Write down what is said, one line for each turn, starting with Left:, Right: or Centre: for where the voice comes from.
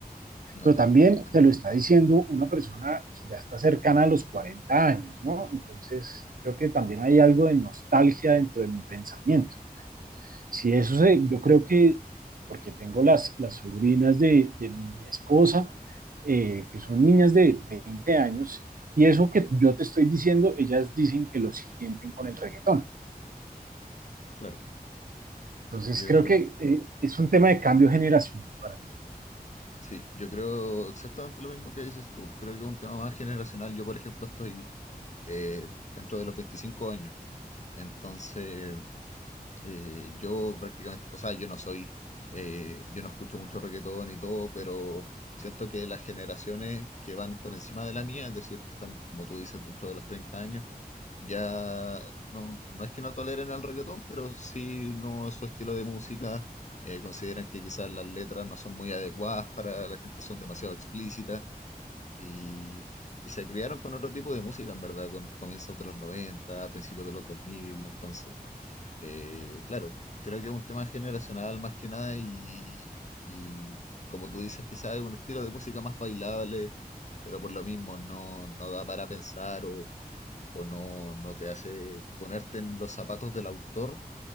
Left: No,
Right: Pero
Left: en-
Right: también
Left: entiendo,
Right: te lo está diciendo una persona que ya está cercana a los 40 años, ¿no? Entonces, creo que también hay algo de nostalgia dentro de mi pensamiento. Si
Left: claro,
Right: eso se, yo creo que, porque tengo las, las sobrinas de, de mi esposa, eh, que son niñas de 20 años, y eso que yo te estoy diciendo, ellas dicen que lo sienten con el reggaetón.
Left: claro.
Right: Entonces
Left: Yo,
Right: creo que eh, es un tema de cambio generacional para mí.
Left: sí, yo creo exactamente lo mismo que dices tú. Creo que es un tema más generacional. Yo, por ejemplo, estoy eh, dentro de los 25 años. Entonces, Eh, yo prácticamente, o sea, yo no soy, eh, yo no escucho mucho reggaetón y todo, pero siento que las generaciones que van por encima de la mía, es decir, que están, como tú dices, dentro de los 30 años, ya no, no es que no toleren el reggaetón, pero sí no es su estilo de música. eh, consideran que quizás las letras no son muy adecuadas para la gente, son demasiado explícitas y, y se criaron con otro tipo de música, en verdad, con comienzos de los 90 principios de los dos mil entonces eh, claro, creo que es un tema generacional más que nada y, y como tú dices, quizás es un estilo de música más bailable, pero por lo mismo no, no da para pensar o, o no, no te hace ponerte en los zapatos del autor